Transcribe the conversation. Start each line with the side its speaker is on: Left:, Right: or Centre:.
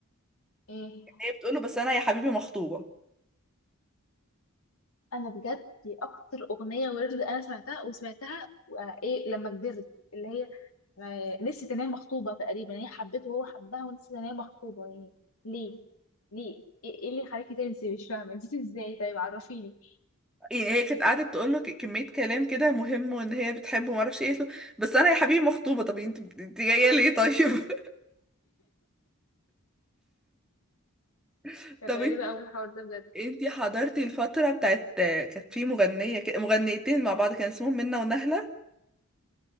Left: ايه
Centre: هي بتقول له بس انا يا حبيبي مخطوبه
Left: انا بجد دي اكتر اغنيه ورد انا سمعتها وسمعتها آه، ايه لما كبرت اللي هي آه، نسيت ان هي مخطوبه تقريبا هي حبته وهو حبها ونسيت ان هي مخطوبه يعني ليه ليه ايه إيه اللي خلاكي تنسي مش فاهمه نسيتي ازاي طيب عرفيني
Centre: يعني هي كانت قعدت تقول له ك- كميه كلام كده مهم وان هي بتحبه ما اعرفش ايه قالت له بس انا يا حبيبي مخطوبه طب انت انت جايه ليه طيب <laughs>
Left: كانت
Centre: طب
Left: غريبه
Centre: انت
Left: قوي الحوار ده بجد
Centre: انت حضرتي الفتره بتاعت كانت في مغنيه كده- مغنيتين مع بعض كان اسمهم منة ونهله